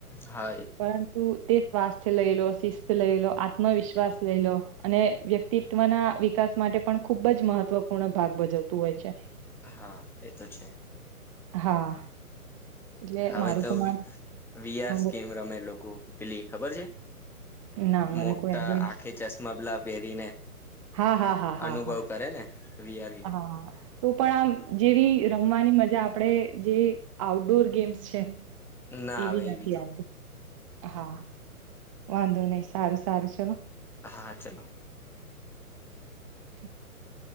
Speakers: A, in the centre; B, on the right (about 20°).
A: હા એ
B: પરંતુ તે શિસ્ત લઈ લો આત્મવિશ્વાસ લઈ લો અને વ્યક્તિત્વના વિકાસ માટે પણ ખુબ જ મહત્વપૂર્ણ ભાગ ભજવતું હોય છે
A: હા એ તો છે
B: હા એટલે
A: હવે
B: મારું
A: તો
B: માન
A: વીઆર
B: હા, બો
A: ગેમ્સ રમે લોકો પેલી ખબર છે
B: ના મને
A: મોટા
B: કોઈ આઈડિયા નથી.
A: આખે ચશ્માબલા પહેરીને
B: હા હા હા હા
A: અનુભવ
B: હા
A: કરે ને વીઆર ગેમ
B: હા પણ આમ જેવી રમવાની મજા આપડે જે આઉટડોર ગેમ્સ છે
A: ના
B: એવી
A: આવે
B: નથી
A: તો
B: આવતી હા વાંધો નહી સારું સારું ચલો
A: હા હા ચાલો
B: <inaudible>